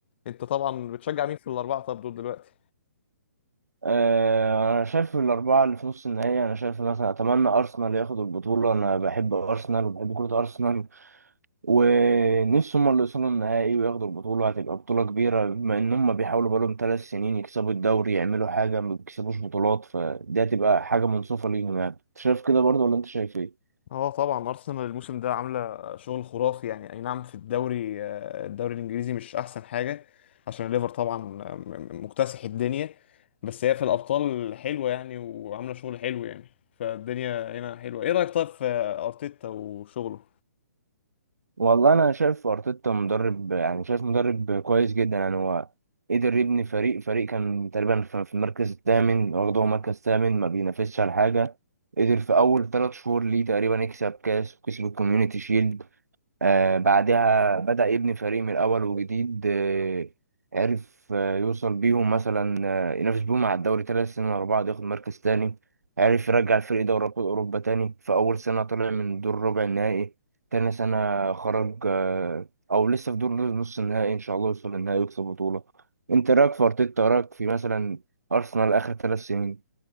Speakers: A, on the left (about 40°); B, on the right (about 70°).
A: انت طبعا بتشجع مين في الاربعه طب دول دلوقتي
B: آه، انا شايف الاربعه اللي في نص النهائي انا شايف مثلا اتمنى ارسنال ياخد البطوله انا بحب ارسنال وبحب كره ارسنال ونفسي هم اللي يوصلوا النهائي وياخدوا البطوله هتبقى بطوله كبيره بما ان هم بيحاولوا بقالهم ثلاث سنين يكسبوا الدوري يعملوا حاجه ما بيكسبوش بطولات فدي هتبقى حاجه منصفه ليهم يعني انت شايف كده برضه ولا انت شايف ايه
A: اه طبعا ارسنال الموسم ده عامله شغل خرافي يعني اي نعم في الدوري آه، الدوري الانجليزي مش احسن حاجه عشان الليفر طبعا آه، م- مكتسح الدنيا بس هي في الابطال حلوه يعني وعامله شغل حلو يعني فالدنيا هنا حلوه ايه رايك طيب في ارتيتا وشغله
B: والله انا شايف ارتيتا مدرب يعني شايف مدرب كويس جدا يعني هو قدر يبني فريق فريق كان تقريبا في في المركز الثامن واخده هو مركز ثامن ما بينافسش على حاجه قدر في اول ثلاث شهور ليه تقريبا يكسب كاس وكسب الكوميونيتي شيلد آه بعدها بدأ يبني فريق من الأول وجديد آه عرف آه يوصل بيهم مثلا آه ينافس بيهم على الدوري ثلاث سنين ورا بعض ياخد مركز تاني عرف يرجع الفريق دوري أبطال أوروبا تاني في أول سنة طلع من دور ربع النهائي تاني سنة خرج آه أو لسه في دور نص النهائي إن شاء الله يوصل للنهائي ويكسب بطولة أنت رأيك في أرتيتا رأيك في مثلا أرسنال آخر ثلاث سنين